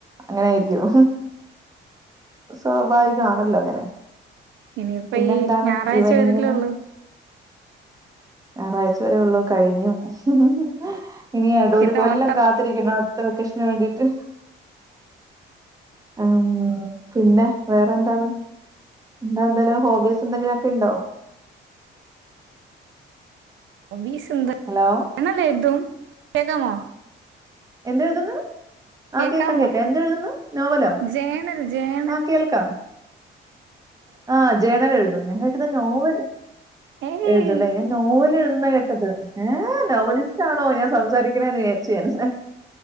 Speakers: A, on the right (about 20°); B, on the right (about 70°).
A: അങ്ങനൊയിരിക്കും സ്വാഭാവികമാണല്ലോ അങ്ങനെ
B: ഇനിയിപ്പ
A: പിന്നെന്താണ്
B: ഈ ഞായറാഴ്ച
A: ഇവനിങ്ങനെ
B: വരില്ലേള്ളൂ
A: ഞായറാഴ്ച വരെ ഉള്ളൂ കഴിഞ്ഞു ഹ്ഹ്ഹ് ഇനിയ കേട്ടോ
B: പിന്നെ
A: ഒരു കൊല്ലം
B: ഓട്ടം
A: കാത്തിരിക്കണം അടുത്ത വെക്കേഷന് വേണ്ടിട്ട് ഉ പിന്നെ വേറെ എന്താണ് എന്താ എന്തായാലും ഹോബീസ് എന്തെങ്കിലുമൊക്കെ ഉണ്ടോ
B: ബീസ്
A: ഹലോ
B: <unintelligible> കേക്കാമോ
A: എന്താ എഴുതന്ന്
B: കേക്കാമോ
A: ആഹ കേക്കാം കേക്കാം എന്ത് എഴുതുന്നു നോവലോ
B: ജേണൽ ജേണൽ
A: ആഹ കേൾക്കാം ആഹ ജേണൽ എഴുതും ഞാൻ കേട്ടുന്ന നോവൽ
B: ഏയ്
A: എഴുതും അല്ലേ ഞാൻ നോവൽ എഴുതുന്ന കേ ഏ നോവലിസ്റ്റ് ആണോ ഞാൻ സംസാരിക്കണന്ന് വിാരിച്ച